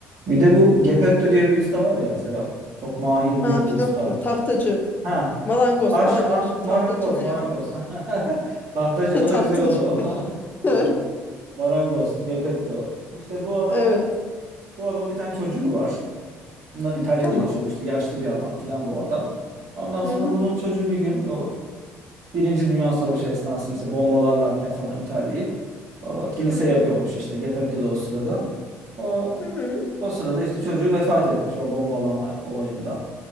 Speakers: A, on the right; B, on the left.
A: Bir de bu Gepetto diye bir usta var ya Serap. Çok mahir büyük
B: Ha Pinokyo,
A: bir usta.
B: tahtacı.
A: Ha.
B: Malangoz
A: Aş
B: pardon
A: ah
B: şimdi
A: marangoz
B: tahtacı ne
A: marangoz.
B: ya?
A: <laughs> Tahtacı
B: Ee,
A: o
B: <laughs> tahtacı.
A: da güzel oldu. <laughs> Tahtacı.
B: <laughs>
A: Marangoz Gepetto. İşte bu adam
B: Evet.
A: bu adam bir tane çocuğu var. Bunlar İtalya'da
B: Tamam.
A: yaşıyor. İşte yaşlı bir adam filan bu adam. Ondan sonra
B: Hı hı.
A: bunun çocuğu bir gün o Birinci Dünya Savaşı esnasında işte bombalarlarken falan İtalya'yı o, kilise
B: Hı
A: yapıyormuş işte Geppetto da o sırada. O,
B: hı.
A: o sırada işte çocuğu vefat etmiş o bombalama olayından.